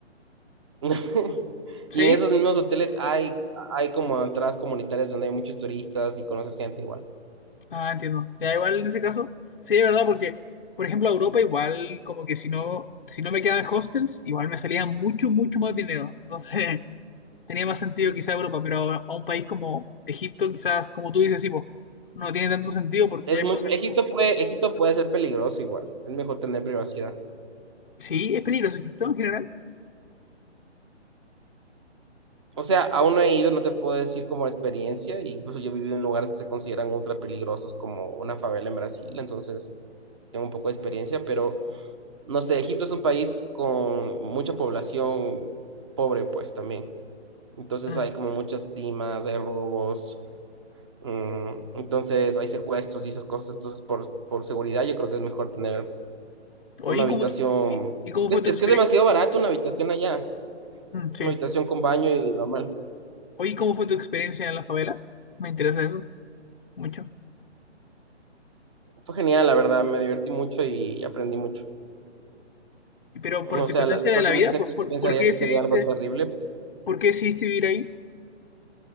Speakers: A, on the right; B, on the left.
A: <laughs>
B: ¿Sí?
A: Y en esos mismos hoteles hay, hay como entradas comunitarias donde hay muchos turistas y conoces gente igual.
B: Ah, entiendo. Ya igual en ese caso. Sí, de verdad, porque... Por ejemplo, a Europa igual como que si no, si no me quedaba en hostels, igual me salía mucho, mucho más dinero. Entonces... <laughs> tenía más sentido quizá Europa, pero a, a un país como Egipto, quizás, como tú dices, sí, po, no tiene tanto sentido porque
A: Es
B: ya es
A: muy,
B: muy barato.
A: Egipto puede, Egipto puede ser peligroso igual. Es mejor tener privacidad.
B: Sí, es peligroso Egipto en general.
A: O sea, aún no he ido, no te puedo decir como experiencia, e incluso yo he vivido en lugares que se consideran ultra peligrosos como una favela en Brasil, entonces tengo un poco de experiencia, pero no sé, Egipto es un país con mucha población pobre pues también, entonces
B: Mm.
A: hay como muchas timas, hay robos, mm, entonces hay secuestros y esas cosas, entonces por, por seguridad yo creo que es mejor tener
B: Oye,
A: una habitación,
B: ¿cómo, tu- y cómo
A: es,
B: fue tu
A: es
B: experiencia?
A: que es demasiado barato una habitación allá,
B: sí.
A: una habitación con baño y normal.
B: Oye, ¿cómo fue tu experiencia en la favela? Me interesa eso mucho.
A: Fue genial, la verdad, me divertí mucho y aprendí mucho.
B: Pero
A: O
B: por circunstancias
A: sea, la- creo
B: de la
A: que
B: vida,
A: mucha gente
B: ¿por,
A: se
B: por,
A: pensaría
B: por qué decidiste,
A: que sería algo terrible.
B: por qué decidiste vivir ahí?